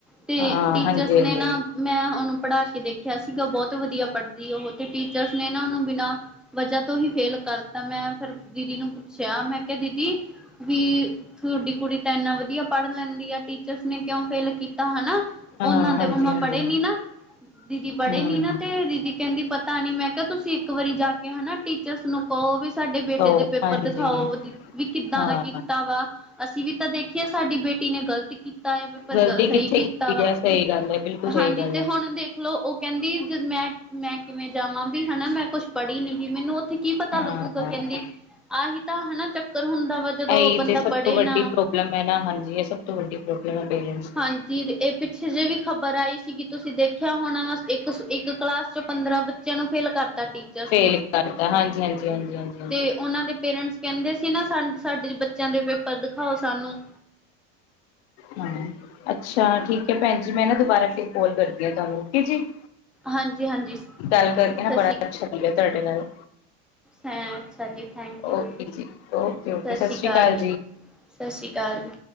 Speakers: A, in the centre; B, on the left (about 80°).
A: 'ਤੇ
B: ਹਾਂ
A: ਟੀਚਰਸ
B: ਹਾਂਜੀ
A: ਨੇ
B: ਹਾਂਜੀ
A: ਨਾ ਮੈਂ ਉਨੂੰ ਪੜ੍ਹਾ ਕੇ ਦੇਖਿਆ ਸੀਗਾ, ਬੋਤ ਵਦੀਆ ਪੜ੍ਹਦੀ ਉਹ, 'ਤੇ ਟੀਚਰਸ ਨੇ ਨਾ, ਉਨੂੰ ਬਿਨਾਂ ਵਜ੍ਹਾ ਤੋਂ ਹੀ ਫੇਲ ਕਰਤਾ ਮੈਂ ਫੇਰ ਦੀਦੀ ਨੂੰ ਪੁੱਛਿਆ ਮੈਂ ਕਿਆ ਦੀਦੀ ਵੀ ਤੁਹਾਡੀ ਕੁੜੀ ਤਾਂ ਇਨਾ ਵਧੀਆ ਪੜ ਲੈਂਦੀ ਆ ਟੀਚਰਸ ਨੇ ਕਿਉਂ ਫੇਲ ਕੀਤਾ ਹਨਾ।
B: ਹਾਂ
A: ਉਨਾਂ
B: ਹਾਂਜੀ
A: ਦੇ ਮੰਮਾ
B: ਹਾਂਜੀ
A: ਪੜ੍ਹੇ ਨੀ ਨਾ। ਦੀਦੀ ਪੜੇ
B: ਹਮ
A: ਨੀ ਨਾ ਤੇ ਦੀਦੀ ਕਹਿੰਦੀ ਪਤਾ ਨੀ ਮੈਂ ਕਿਆ ਤੁਸੀਂ ਇੱਕ ਵਾਰੀ ਜਾ ਕੇ ਹਨਾ ਟੀ ਚਰਸ ਨੂੰ ਕਹੋ ਵੀ ਸਾਡੇ ਬੇਟੇ
B: ਤਾਂ
A: ਦੇ ਪੇਪਰ
B: ਹਾਂਜੀ
A: ਦਿਖਾਓ ਵੀ ਕਿੱਦਾਂ
B: ਹਾਂ
A: ਦਾ ਕੀਤਾ ਵਾ। ਅਸੀਂ ਵੀ ਤਾ ਦੇਖੀਏ ਸਾਡੀ ਬੇਟੀ ਨੇ ਗ਼ਲਤ ਕੀਤਾ ਯਾ ਪੇਪਰ
B: ਗਲਤੀ
A: ਗ ਸਈ
B: ਕਿੱਥੇ
A: ਕੀਤਾ
B: ਕੀਤੀ
A: ਵਾ
B: ਹੈ ਸਹੀ ਗੱਲ ਹੈ ਬਿਲਕੁਲ ਸਹੀ
A: ਹਾਂਜੀ।
B: ਗੱਲ
A: ਤੇ
B: ਹੈ
A: ਹੁਣ ਦੇਖਲੋ ਉਹ ਕੇੰਦੀ ਜ ਮੈਂ-ਮੈਂ ਕਿਵੇਂ ਜਾਵਾਂ ਵੀ ਹਨਾ ਮੈਂ ਕੁੱਛ ਪੜੀ ਨੀ ਗੀ ਮੈਨੂੰ ਉੱਥੇ ਕੀ ਪ ਪਤਾ
B: ਹਾਂ
A: ਲੱਗੂਗਾ ਕੇਂਦੀ ਆਹੀ ਤਾਂ ਹਨਾ ਚੱਕਰ ਹੁੰਦਾ ਵਾ ਜਦੋਂ
B: ਇਹੀ
A: ਬੰਦਾ
B: ਤੇ ਸਭ
A: ਪੜੇ
B: ਤੋਂ ਵੱਡੀ
A: ਨਾ।
B: ਪ੍ਰੋਬਲਮ ਹੈ ਨਾ ਹਾਂਜੀ ਇਹ ਸਭ ਤੋਂ ਵੱਡੀ ਪ੍ਰੋਬਲਮ ਹੈ ਪੇਰੈਂਟਸ ਦੀ।
A: ਹਾਂਜੀ ਏਹ ਪਿੱਛੇ ਜਿ ਵੀ ਖ਼ਬਰ ਆਈ ਸੀਗੀ ਤੁਸੀਂ ਦੇਖਿਆ ਹੋਨਾ ਵਾ ਇੱਕ-ਇੱਕ ਕਲਾਸ ਚ ਪੰਦਰਾਂ ਬੱਚਿਆਂ ਨੂੰ ਫੇਲ ਕਰਤਾ ਟੀ ਚਰਸ
B: ਫੇਲ
A: ਨੇ
B: ਕਰਤਾ ਹਾਂਜੀ ਹਾਂਜੀ ਹਾਂਜੀ ਹਾਂਜੀ ਹਾਂਜੀ
A: ਤੇ ਓਨਾਂ ਦੇ ਪੇਰੈਂਟਸ ਕੇੰਦੇ ਸੀ ਨਾ ਸਾਨ ਸਾਡੇ ਬੱਚਿਆਂ ਦੇ ਪੇਪਰ ਦਿਖਾਓ ਸਾਨੂੰ।
B: ਹ ਹਾਂ ਅੱਛਾ ਠੀਕ ਐ ਭੈਣ ਜੀ ਮੈਂ ਨਾ ਦੁਬਾਰਾ ਫਿਰ ਕੋਲ ਕਰਦੀ ਆ ਤੁਹਾਨੂੰ ਓਕੇ ਜੀ।
A: ਹਾਂਜੀ-ਹਾਂਜੀ।
B: ਗੱਲ ਕਰਕੇ
A: ਸਤਿ
B: ਨਾ ਬੜਾ ਅੱਛਾ ਲੱਗਿਆ ਤੁਹਾਡੇ ਨਾਲ।
A: ਹੈ ਅੱਛਾ ਜੀ ਥੈਂਕ ਯੂ,
B: ਓਕੇ ਜੀ ਓਕੇ ਓਕੇ
A: ਸਸ
B: ਸਤਿ
A: ਸ੍ਰੀ
B: ਸ਼੍ਰੀ
A: ਕਾਲ
B: ਅਕਾਲ
A: ਜੀ। ਸਸ ਸ੍ਰੀ ਕਾਲ ਜੀ।